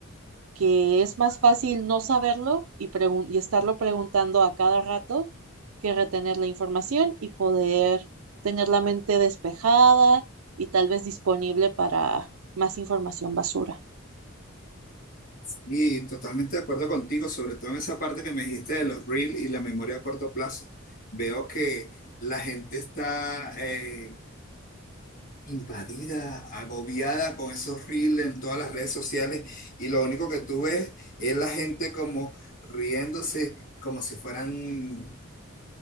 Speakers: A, on the right (about 85°); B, on the left (about 45°).
A: que es más fácil no saberlo y, pregun- y estarlo preguntando a cada rato que retener la información y poder tener la mente despejada y tal vez disponible para más información basura.
B: Y totalmente de acuerdo contigo, sobre todo en esa parte que me dijiste de los reels y la memoria a corto plazo. Veo que la gente está eh, invadida, agobiada con esos reels en todas las redes sociales y lo único que tú ves es la gente como riéndose, como si fueran